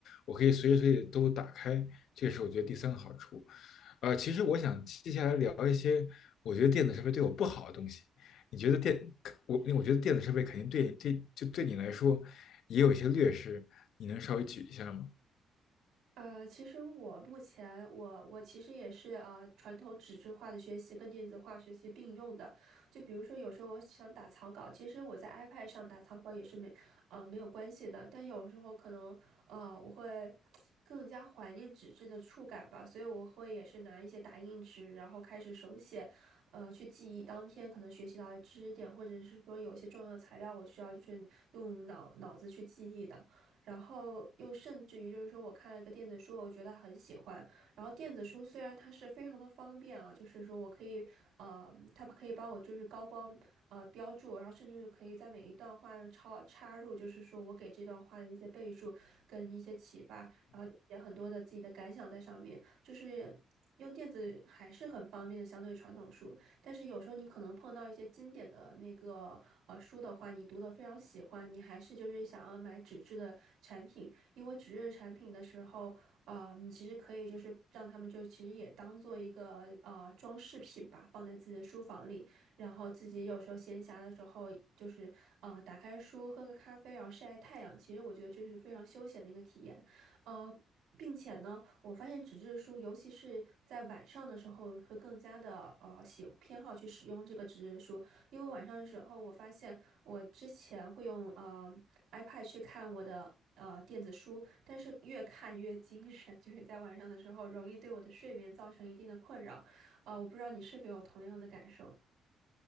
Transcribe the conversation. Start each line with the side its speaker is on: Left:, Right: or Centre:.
Left: 我可以随时随地都打开。这是我觉得第三个好处。呃，其实我想接下来聊一些，我觉得电子设备对我不好的东西。你觉得电，我我觉得电子设备肯定对对，就对你来说也有一些劣势，你能稍微举一下吗？
Right: 呃，其实我目前我我其实也是呃传统纸质化的学习跟电子化学习并用的。就比如说有时候我想打草稿，其实我在 iPad 上打草稿也是没呃没有关系的。但有时候可能呃我会更加怀念纸质的触感吧，所以我会也是拿一些打印纸，然后开始手写，呃去记忆当天可能学习到的知识点，或者是说有一些重要材料我需要就是用脑脑子去记忆的。然后又甚至于就是说我看了一个电子书，我觉得很喜欢。然后电子书虽然它是非常的方便啊，就是说我可以呃，它可以帮我就是高光呃标注，然后甚至是可以在每一段话上插插入，就是说我给这段话的一些备注跟一些启发，然后就写很多的自己的感想在上面，就是。用电子还是很方便的，相对于传统书。但是有时候你可能碰到一些经典的那个呃书的话，你读的非常喜欢，你还是就是想要买纸质的产品，因为纸质产品的时候，啊、你其实可以就是让他们就其实也当做一个呃装饰品吧，放在自己的书房里，然后自己有时候闲暇的时候，就是啊、打开书喝个咖啡，然后晒晒太阳，其实我觉得这是非常休闲的一个体验。呃，并且呢，我发现纸质书，尤其是在晚上的时候，会更加的呃喜偏好去使用这个纸质书，因为晚上的时候，我发现我之前会用呃 iPad 去看我的呃电子书，但是越看越精神，就是在晚上的时候容易对我的睡眠造成一定的困扰，呃，我不知道你是否有同样的感受。